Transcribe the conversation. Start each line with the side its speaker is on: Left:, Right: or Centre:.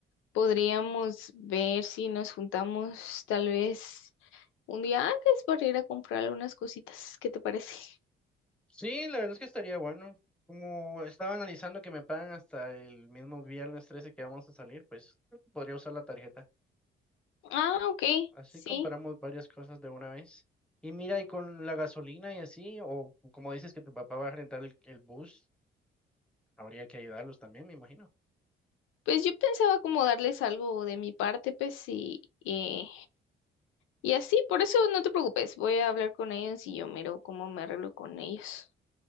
Left: Podríamos ver si nos juntamos tal vez un día antes para ir a comprar algunas cositas. ¿Qué te parece?
Centre: Sí, la verdad es que estaría bueno. Como estaba analizando que me pagan hasta el mismo viernes 13 que vamos a salir, pues creo que podría usar la tarjeta.
Left: Ah, ok,
Centre: Así
Left: sí.
Centre: compramos varias cosas de una vez. Y mira, y con la gasolina y así, o como dices que tu papá va a rentar el, el bus, habría que ayudarlos también, me imagino.
Left: Pues yo pensaba como darles algo de mi parte, pues, y, eh, y así, por eso no te preocupes, voy a hablar con ellos y yo miro cómo me arreglo con ellos.